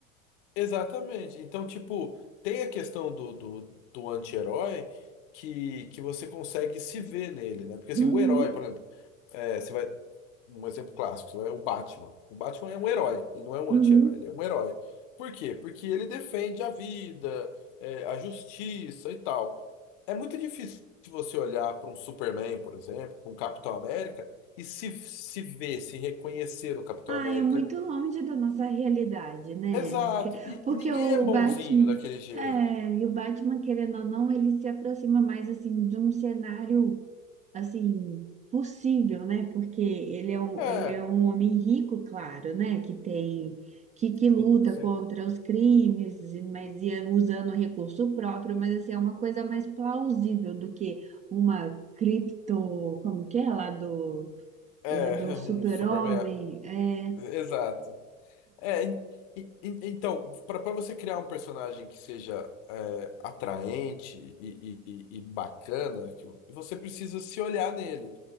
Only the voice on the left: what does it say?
exatamente. Então, tipo, tem a questão do, do, do anti-herói que, que você consegue se ver nele, né? Porque
assim, o herói, por exemplo. É, você vai. Um exemplo clássico, você vai, o Batman. O Batman é um herói, ele não é um
anti-herói, ele é um herói. Por quê? Porque ele defende a vida, é, a justiça e tal. É muito difícil você olhar para um Superman, por exemplo, para um Capitão América, e se, se ver, se reconhecer no Capitão
América.
Exato,
e,
e ninguém
é bonzinho
daquele jeito.
É,
sim, sempre.
É,
<laughs>
um Superman.
é, Exato. É, en- en- en- então, para você criar um personagem que seja é, atraente e, e- e- e bacana, que você precisa se olhar nele.